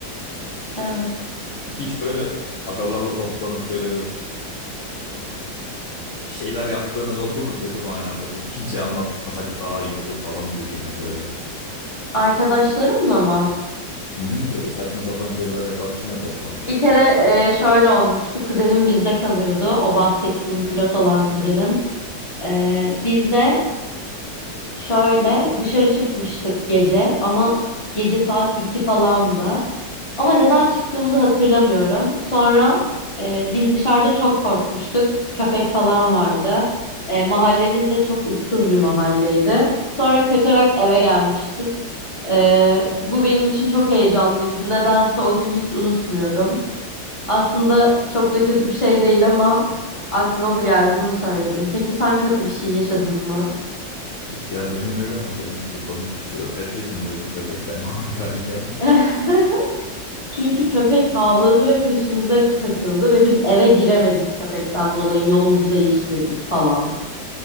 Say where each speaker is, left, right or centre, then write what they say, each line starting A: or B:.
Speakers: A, on the left; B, on the left.
A: Evet.
B: Peki hiç böyle agalarla toplanıp şöyle bir bir şeyler yaptığınız oldu mu kötü manada bu kimseye anlatmasak daha iyi olur falan dediğiniz böyle.
A: Arkadaşlarımla mı?
B: Hı hı, böyle saçma sapan şeyler yaparsın ya toplanıp.
A: Bir kere e, şöyle olmuştu. Kuzenim bizde kalıyordu. O bahsettiğim pilot olan kuzenim. Ee, bizde Şöyle dışarı çıkmıştık gece ama gece saat 2 falandı. Ama neden çıktığımızı hatırlamıyorum. Sonra e, biz dışarıda çok korkmuştuk. Köpek falan vardı. E, mahallemiz de çok ıssız bir mahalleydi. Sonra kaçarak eve gelmiştik. E, bu benim için çok heyecanlıydı. Nedense o günü hiç unutmuyorum. Aslında çok da kötü bir şey değil ama aklıma bu geldi, bunu söyledim. Peki sen kötü bir şey yaşadın mı?
B: Yok ya <laughs> benim yok ama seninkisi komikmiş biraz. Kaç yaşındaydı köpekten <laughs> korkarken?
A: <laughs> Çünkü köpek havladı ve peşimize takıldı ve biz eve giremedik köpekten dolayı yolumuzu değiştirdik falan.